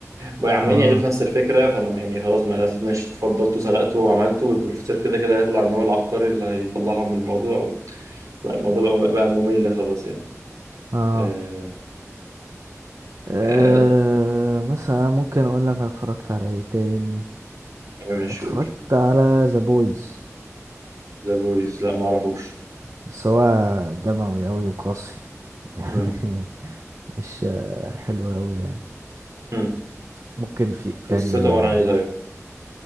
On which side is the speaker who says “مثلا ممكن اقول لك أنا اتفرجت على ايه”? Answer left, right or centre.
Right